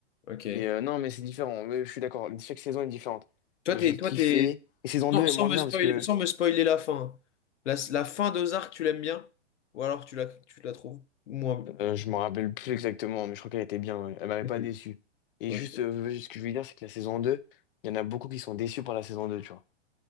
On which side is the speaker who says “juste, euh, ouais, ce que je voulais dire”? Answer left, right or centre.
Left